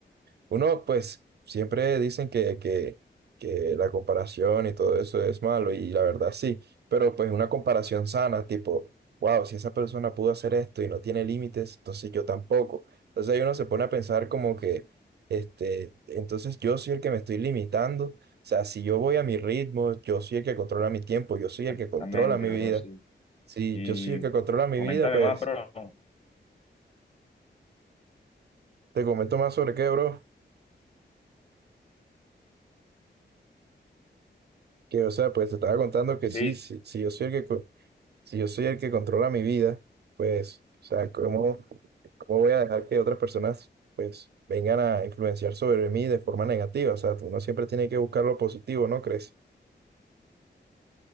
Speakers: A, on the right; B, on the left.
A: Uno, pues, siempre dicen que, que, que la comparación y todo eso es malo, y la verdad sí, pero pues una comparación sana, tipo, wow, si esa persona pudo hacer esto y no tiene límites, entonces yo tampoco. Entonces ahí uno se pone a pensar como que, este, entonces yo soy el que me estoy limitando, o sea, si yo voy a mi ritmo, yo soy el que controla mi tiempo, yo soy
B: Exactamente,
A: el que controla mi vida.
B: bro, sí.
A: Si
B: Y
A: yo soy el que controla mi
B: coméntame
A: vida, pues,
B: más, bro.
A: te comento más sobre qué, bro. Que, o sea, pues te estaba contando que
B: Sí,
A: sí, sí, sí, yo soy el que, co- si yo soy el que controla mi vida, pues, o sea, ¿cómo, cómo voy a dejar que otras personas, pues, vengan a influenciar sobre mí de forma negativa? O sea, uno siempre tiene que buscar lo positivo, ¿no crees?